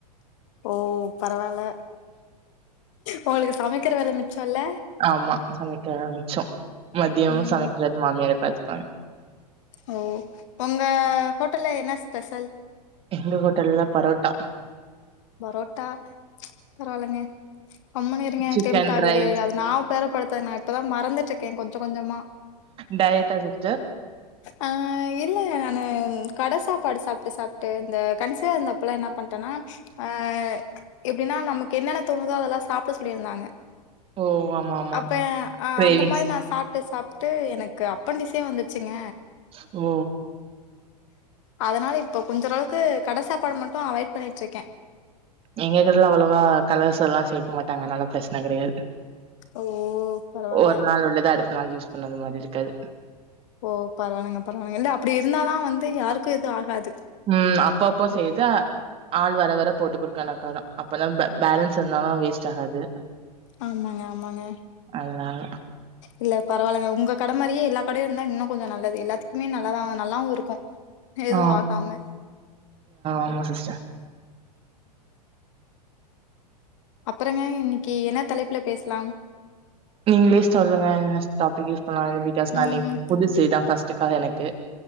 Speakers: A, on the left; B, on the right.
A: ஓ பரவால்ல ஒங்களுக்கு சமைக்கற வேலமிச்சொல்ல
B: ஆமா சமைக்க வேலமிச்சோ மதியமும்
A: ம்
B: சமைக்கறது மாமியாரே பாத்துப்பாங்க
A: ஓ ஒங்க ஹோட்டல்ல என்ன ஸ்பெஷல்
B: எங்க ஹோட்டல்ல பரோட்டா
A: பரோட்டா பரவால்லங்க கம்முனு இருங்க
B: சிக்கன்
A: டெம்ட் ஆகுது
B: ரைஸ்
A: அது நா பேரப்படுத்த நா இப்பதா மறந்துட்ருக்கே கொஞ்ச கொஞ்சமா
B: டயட்டா சிஸ்டர்
A: ஆ இல்ல நானு கட சாப்பாடு சாப்ட்டு சாப் ட்டு இந்த கண்சிவா இருந்த அப்பலா என்னா பண்டேனா ஆ எப்டின்னா நமக்கு என்னென்ன தோணுதோ அதெல்லா சாப்ட சொல்லிருந்தாங்க
B: ஓ ஆமா ஆமா
A: அப்ப அ
B: கிரேவிங்ஸ்
A: அந்த மாரி நா சாப்ட்டு சாப் ப்ட்டு எனக்கு அப்பண்டிசே வந்துருச்சுங்க
B: ஓ
A: அதனால இப்ப கொஞ்ச அளவுக்கு கட சாப்பாட மட்டு அவாய்ட் பண்ணிட்ருக்கே
B: எங்க கடையில அவ்வளவா கலர்ஸ் எல்லா சேக்க மாட்டாங்க அதனால பிரச்சன கடையாது
A: ஓ! பரவால்ல.
B: ஒரு நாள் உள்ளது அடுத்த நாள் யூஸ் பண்ணது மாரி இருக்காது
A: ஓ பரவால்லங்க பரவால்லங்க இல்ல அப்டி இருந்தாதா வந்து யாருக்கு எது ஆகாது
B: ம் அப்ப அப்போ செய்த ஆள் வர வர போட்டு குடுக்கானாக்காரம் அப்பனா பேலன்ஸ் இருந்தாலு வேஸ்ட் ஆகாது
A: ஆமாங்க ஆமாங்க
B: அதனால
A: இல்ல பரவால்லங்க உங்க கட மாரியே எல்லா கடையு இருந்தா இன்னு கொஞ்சோ நல்லது எல்லாத்துக்குமே நல்லாதா நல்லாவு இருக்கூ எதுவு
B: ஆ
A: ஆகாம ம்
B: ஆமா சிஸ்டர்
A: அப்பறங்க இன்னைக்கி என்ன தலைப்புல பேசலாம்
B: நீங்களே சொல்லுங்க என்ன டாப்பிக் யூஸ் பண்லா பிகாஸ் நானு
A: ம்.
B: புதுசு இது தான் ஃபர்ஸ்ட்டு கால் எனக்கு